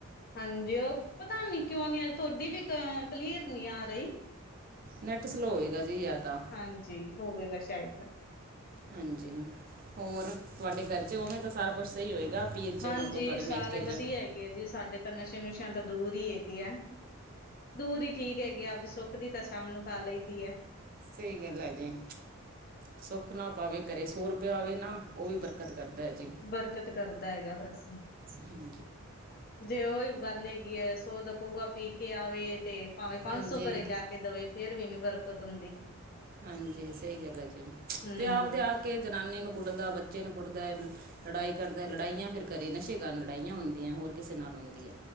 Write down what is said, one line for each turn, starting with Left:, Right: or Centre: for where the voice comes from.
Left: ਹਾਂਜੀ, ਉਹ ਪਤਾ ਨੀ ਕਿਉਂ ਨੀ, ਅਜ ਤੁਹਾਡੀ ਵੀ ਅ ਕਲੀਅਰ ਨੀ ਆ ਰਹੀ।
Right: ਨੈੱਟ ਸਲੋ ਹੋਏਗਾ ਜੀ, ਯਾ ਤਾਂ
Left: ਹਾਂਜੀ ਹੋਵੇਗਾ ਸ਼ਾਇਦ।
Right: ਹਾਂਜੀ ਹੋਰ ਤੁਹਾਡੇ ਖਰਚੇ, ਉਵੇਂ ਤਾਂ ਸਾਰਾ ਕੁਛ ਸਹੀ ਹੋਏਗਾ। ਪੀਹਰ ਚ,
Left: ਹਾਂਜੀ
Right: ਮਤਲਬ ਤੁਹਾਡੇ ਮੈਕੇ
Left: ਸਾਰੇ
Right: ਚ
Left: ਵਧੀਆ ਹੈਗੇ ਆ ਜੀ, ਸਾਡੇ ਤਾਂ ਨਸ਼ੇ ਨੁਸ਼ਿਆਂ ਤਾਂ ਦੂਰ ਹੀ ਹੈਗੇ ਆ। ਦੂਰ ਹੀ ਠੀਕ ਹੈਗੀ ਆ, ਆਪਦੀ ਸੁੱਖ ਦੀ ਤਾਂ ਸ਼ਾਮ ਨੂੰ ਖਾ ਲਈ ਦੀ ਹੈ।
Right: ਸਹੀ ਗੱਲ ਹੈ ਜੀ। ਸੁੱਖ ਨਾਲ ਭਾਵੇ ਘਰੇ ਸੋ ਰੁਪਇਆ ਆਵੇ ਨਾ, ਉਹ ਵੀ ਬਰਕਤ ਕਰਦਾ। ਜੀ
Left: ਬਰਕਤ ਕਰਦਾ ਹੈਗਾ, ਬਸ।
Right: ਹਾਂਜੀ
Left: ਜੇ ਉਹੀ ਗੱਲ ਹੈਗੀ ਹੈ, ਸੋ ਦਾ ਪਵਉਆ ਪੀ ਕੇ ਆਵੇ ਤੇ ਭਾਵੇਂ ਪੰਜ
Right: ਹਾਂਜੀ
Left: ਸੌ ਘਰੇ ਲਿਆ ਕੇ ਦਵੇ, ਫੇਰ ਵੀ ਨੀ ਬਰਕਤ ਹੁੰਦੀ।
Right: ਹਾਂਜੀ ਸਈ ਗਾੱਲ ਐ ਜੀ,
Left: ਹਮ
Right: ਤੇ ਆਪਦੇ ਆ ਕੇ ਜਨਾਨੀ ਨੂੰ ਕੁੱਟਦਾ, ਬੱਚੇ ਨੂੰ ਕੁੱਟਦੈ ਲੜਾਈ ਕਰਦੈ, ਲੜਾਈਆਂ ਫੇਰ ਕਰੇ ਨਸ਼ੇ ਕਾਰ ਲੜਾਈਆਂ ਹੁੰਦੀਐ ਹੋਰ ਕਿਸੇ ਨਾਲ ਹੁੰਦੀ ਐ।